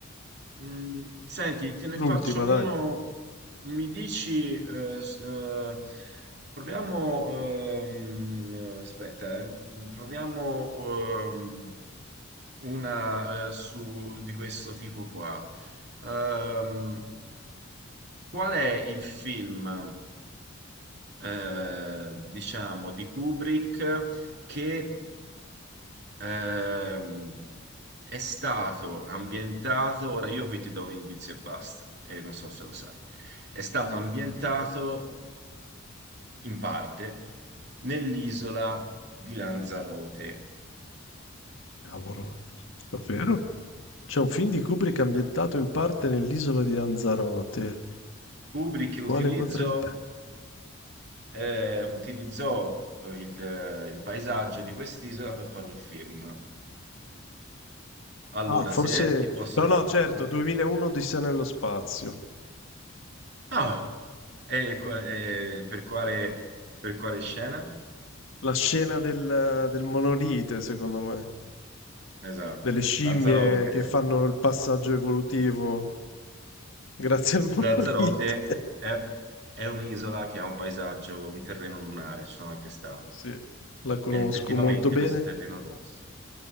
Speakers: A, on the right (about 50°); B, on the left (about 70°).
A: Mm, Senti, te ne
B: l'ultima,
A: faccio uno.
B: dai.
A: Mi dici, eh, s- eh, proviamo, ehm, eh, aspetta, eh, mm, proviamo ehm, una eh, su, di questo tipo qua. Ehm, qual è il film, eh, diciamo, di Kubrick che Ehm, è stato ambientato, ora io qui ti do un indizio e basta, e non so se lo sai. È stato
B: Mm.
A: ambientato in parte nell'isola di Lanzarote.
B: Cavolo, davvero? C'è un film di Kubrick ambientato in parte nell'isola di Lanzarote.
A: Kubrick
B: Quale
A: utilizzò,
B: potrebbe...
A: eh, utilizzò eh, il, eh, il paesaggio di quest'isola per fare un film. Allora,
B: Ah, forse...
A: se ti posso
B: No,
A: aiutare...
B: no, certo, 2001 Odissea nello spazio.
A: Ah! E qua- e per quale, per quale scena?
B: La scena del, del monolite, secondo me,
A: Esatto,
B: delle scimmie
A: Lanzarote.
B: che fanno il passaggio evolutivo grazie al <laughs>
A: Lanzarote
B: monolite.
A: è, è un'isola che ha un paesaggio, un terreno lunare, ci sono anche stato.
B: Sì, la conosco
A: È effettivamente
B: molto bene.
A: questo terreno rosso.